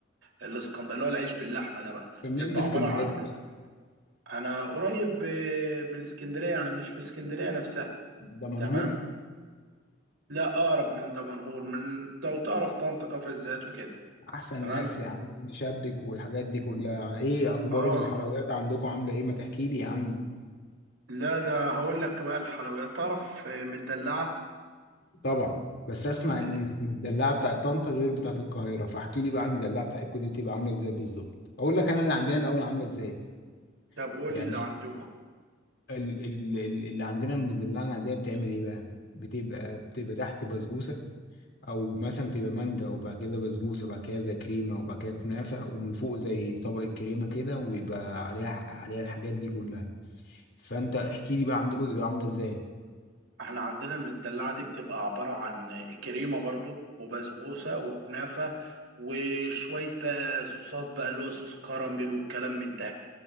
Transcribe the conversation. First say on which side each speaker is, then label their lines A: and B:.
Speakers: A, on the right (about 75°); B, on the left (about 60°).
A: الاسكندريه اللي هو العيش باللحمه ده بقى
B: كان منين
A: بيبقى
B: من اسكندريه
A: عباره عن
B: اصلا
A: انا قريب آه، من اسكندريه يعني مش من اسكندريه نفسها
B: ده منهور
A: تمام لا اقرب من دمنهور من لو تعرف طنطا كفر الزيات وكده
B: احسن
A: تمام
B: ناس يا عم شبك والحاجات دي كلها ايه اخبار
A: اه
B: الحلويات عندكم عامله ايه ما تحكي لي يا عم
A: لا ده هقول لك بقى الحلويات تعرف آه، مدلعه
B: طبعا بس اسمع
A: م-
B: ان المدلعه بتاعت طنطا غير بتاعت القاهره فاحكي لي بقى المدلعه بتاعتكم دي بتبقى عامله ازاي بالظبط اقول لك انا اللي عندنا الاول عامله ازاي
A: طب قول
B: يعني
A: لي اللي عندكم
B: ال ال ال- اللي عندنا المدلعه اللي عندنا بتعمل ايه بقى بتبقى بتبقى تحت بسبوسه او مثلا تبقى مانجا وبعد كده بسبوسه وبعد كده زي كريمه وبعد كده كنافه ومن فوق زي طبقه كريمه كده ويبقى عليها عليها الحاجات دي كلها فانت احكي لي بقى عندكم تبقى عامله ازاي
A: احنا عندنا المدلعة دي بتبقى عبارة عن كريمة برضو وبسبوسة وكنافة وشوية بقى صوصات بقى اللي هو صوص كراميل والكلام من ده